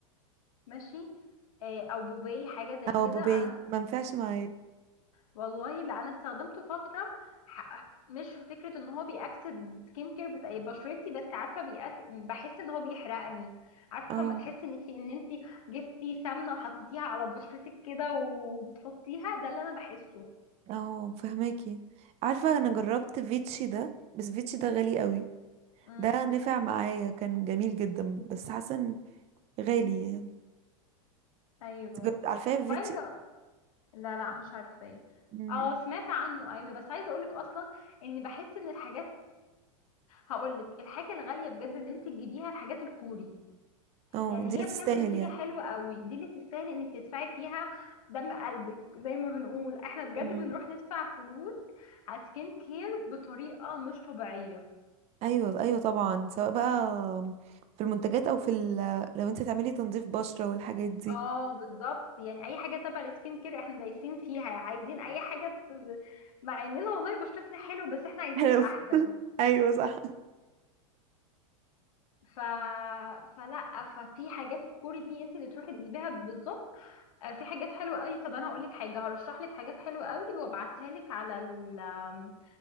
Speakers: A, on the left; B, on the right.
A: ماشي آه او بوباي حاجه زي كده
B: او بوبي
A: انا س...
B: ما ينفعش معايا
A: والله لا انا استخدمته فتره ح... مش في فكره ان هو بيأكسد سكين كير بتاع بشرتي بس عارفه بيأك... بحس ان هو بيحرقني عارفه
B: او
A: ما تحسي ان في ان انت جبتي سمنه وحطيتيها على بشرتك كده وبتحطيها ده اللي انا بحسه
B: او فهماكي عارفه انا جربت فيتشي ده بس فيتشي ده غالي قوي
A: امم
B: ده نفع معايا كان جميل جدا بس حاسه إن غالي يعني
A: ايوه
B: جربت- عارفه
A: وعايزه
B: فيتشي
A: لا لا مش عارفاه
B: مم.
A: اه سمعت عنه ايوه بس عايزه اقولك اصلا ان بحس ان الحاجات هقولك الحاجه الغاليه بجد اللي انت تجيبيها الحاجات الكوري
B: اه
A: يعني
B: دي اللي
A: هي بتعمل
B: تستاهل
A: نتيجه
B: يعني
A: حلوه قوي دي اللي تستاهل انك تدفعي فيها دم قلبك زي ما بنقول احنا بجد
B: مم.
A: بنروح ندفع فلوس على سكين كير بطريقه مش طبيعيه
B: ايوه ايوه طبعا سواء بقى في المنتجات او في ال... لو انت تعملي تنظيف بشره والحاجات دي
A: اه بالظبط يعني اي حاجه تبع السكين كير احنا دايسين فيها عايزين اي حاجه ت- مع اننا والله بشرتنا حلو بس احنا عايزين
B: حلو
A: الاحسن
B: <laughs> ايوه صح
A: ف... فلا ففي حاجات الكوري دي انت اللي تروحي تجيبيها بالظبط آه، في حاجات حلوه قوي طب انا هقول لك حاجه هرشح لك حاجات حلوه قوي وابعتها لك على ال آم،